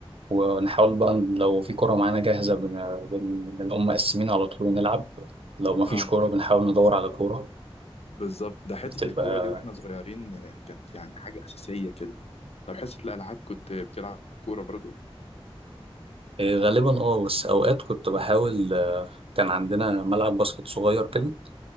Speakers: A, on the right; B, on the left.
A: ونحاول بقى لو في كوره معانا جاهزه بن- بن- بنقوم مقسمين على طول ونلعب لو ما فيش
B: اه
A: كوره بنحاول ندور على كوره
B: بالظبط ده حته
A: بتبقى
B: الكوره دي واحنا صغيرين آه، كانت يعني حاجه اساسيه كده طب حصه الالعاب كنت بتلعب كوره برضو
A: إيه، غالبا اه بس اوقات كنت بحاول آه، كان عندنا ملعب باسكت صغير كده